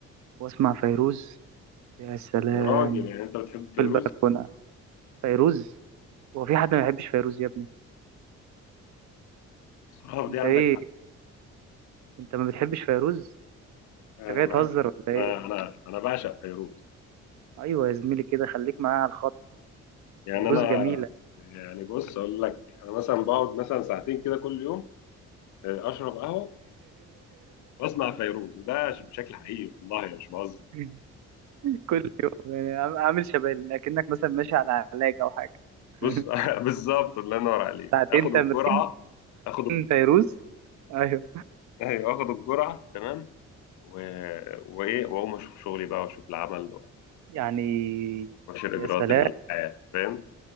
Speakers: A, on the right; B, on the left.
A: واسمع فيروز يا سلام
B: يا راجل يعني أنت بتحب فيروز؟
A: في البلكونه فيروز هو في حد ما بيحبش فيروز يا ابني
B: بصراحة
A: انت
B: دي عندك
A: ايه
B: حق
A: انت ما بتحبش فيروز
B: أنا
A: انت جاي تهزر
B: بحب
A: ولا
B: أنا أنا أنا بعشق فيروز
A: إيه؟ ايوه يا زميلي كده خليك معايا على الخط
B: يعني
A: فيروز
B: أنا
A: جميله
B: يعني بص أقول لك أنا مثلا بقعد مثلا ساعتين كده كل يوم آه، اشرب قهوه واسمع فيروز وده بشكل حقيقي والله أنا مش بهزر
A: <laughs> كل يوم يعني عام- عامل شبه ال- اكنك مثلا ماشي على علاج او حاجه <laughs>
B: بص <laughs> بالظبط الله ينور عليك
A: ساعتين
B: اخد الجرعه
A: تمرين
B: اخد ال-
A: فيروز ايوه
B: ايوه اخد الجرعه تمام و... وايه واقوم اشوف شغلي بقى واشوف العمل
A: يعني
B: واشوف اجراءات
A: يا سلام
B: الحياه فاهم